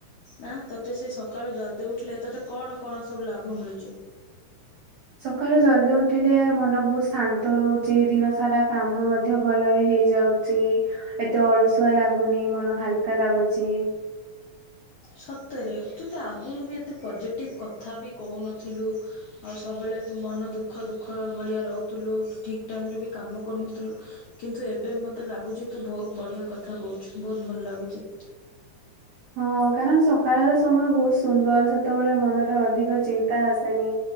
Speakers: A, on the left (about 75°); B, on the right (about 80°).
A: ନା ତତେ ସେ ସକାଳୁ ଜଲଦି ଉଠିଲେ ତତେ କଣ କଣ ସବୁ ଲାଭ ମିଳୁଚି।
B: ସକାଳୁ ଜଲଦି ଉଠିଲେ ମନ ବହୁତ ଶାନ୍ତ ରହୁଚି ଦିନ ସାରା କାମ ମଧ୍ୟ ଭଲରେ ହେଇଯାଉଚି ଏତେ ଅଳସୁଆ ଲା ଲାଗୁନି ମନ ହାଲକା ଲାଗୁଚି।
A: ସତରେ ତୁ ତ ଆଗରୁ ବି ଏତେ ପଜେଟିଭ କଥା ବି କହୁନଥିଲୁ ଆଉ ସବୁବେଳେ। ତୁ ମନ ଦୁଃଖ ଦୁଃଖ ଭଳିଆ ରହୁଥିଲୁ ଠିକ ଟାଇମରେ ବି କାମ କରୁନଥିଲୁ କିନ୍ତୁ ଏବେ। ମତେ ଲାଗୁଚ ତୁ ବହୁତ ବଢିଆ କଥା କହୁଛୁ ବହୁତ ଭଲ ଲାଗୁଚି।
B: <inaudible> ହଁ କାରଣ ସକାଳର ସମୟ ବହୁତ ସୁନ୍ଦର ସେତେବେଳେ ମନରେ ଅଧିକ ଚିନ୍ତା ଆସେନି।